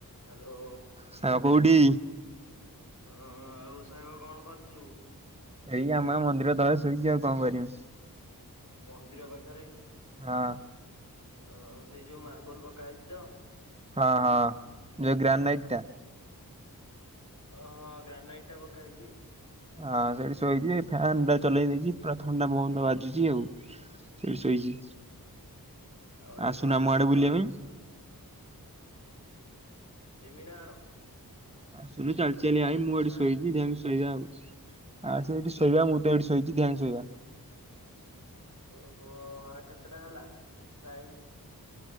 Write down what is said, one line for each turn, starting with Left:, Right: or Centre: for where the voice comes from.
Left: Hello
Right: ସାଙ୍ଗ କୋଉଠି?
Left: ହଁ ଆଉ ସାଙ୍ଗ କଣ କରୁଛୁ?
Right: ଏଇ ଆମା ମନ୍ଦିର ତଳେ ଶୋଇଛିି ଆଉ କଣ କରମି।
Left: ମନ୍ଦିର ପାଖରେ
Right: ହଁ
Left: ଆ ସେଇ ଯୋଉ ମାର୍ବଲ ପକା ହେଇଛି ତ?
Right: ହଁ ହଁ ଯଉ ଗ୍ରାନାଇଟ୍ ଟା।
Left: ଓହ ଗ୍ରାନାଇଟ୍ ଟା ପକା ହେଇଛି?
Right: ହଁ ସେଇଠି ଶୋଇଛି ଫ୍ୟନ୍ ଟା ଚଲେଇ ଦେଇଛି ପୁରା ଥଣ୍ଡା ପବନ ବାଜୁଛି ଆଉ। ସେଇଠି ଶୋଇଛି
Left: ଆଉ ବଢିଆ
Right: ଆସୁନୁ
Left: ଥଣ୍ଡା
Right: ଆମ
Left: ଲାଗୁଥିବ
Right: ଆଡେ ବୁଲିବା ପାଇଁ?
Left: ଜିମିରାଣ
Right: ଆଶୁନୁ ଚାଲି ଚାଲି ଆଇ ମୁଁ ଏଠି
Left: ଆଁ
Right: ଶୋଇଛି ଯାଇଁ ଶୋଇବା ଆଉ ଆସେ ଏଇଠି ଶୋଇବା ମୁଁ ତ ଏଇଠି ଶୋଇଛି ଦିହାଙ୍କ ଶୋଇବା।
Left: ଓହୋ ଆ କେତେଟା ହେଲା ଟାଇମ